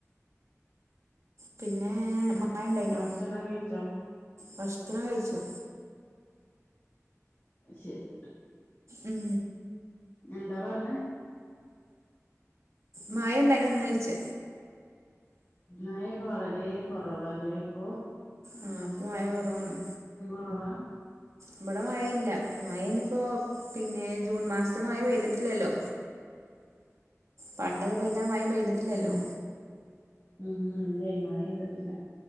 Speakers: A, on the right; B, on the left.
A: പിന്നെ മാഴ ഉണ്ടായിനോ?
B: ഭക്ഷണം കഴിച്ചോ
A: ഭക്ഷണം കഴിച്ചു.
B: ശരി.
A: ഉം.
B: എന്താ പറഞ്ഞേ?
A: മാഴഉണ്ടായിനോ ഇനോച്ച
B: മഴയൊക്കെ വളരെ കുറവാല്ലേ ഇപ്പൊ
A: ആ ഇപ്പ മഴ കുറവാണ്.
B: ആ
A: ഇവിടെ മഴയില്ല മഴ ഇനിപ്പോ പിന്നെ ജൂൺ മാസത്തെ
B: ഉം
A: മഴ പെയ്തിട്ടില്ലല്ലോ പണ്ടക്കൊ പെയ്താ മയ പെയ്തിട്ടില്ലല്ലോ
B: ഉം ഉം ഇല്ല മഴ പെയ്തിട്ടില്ല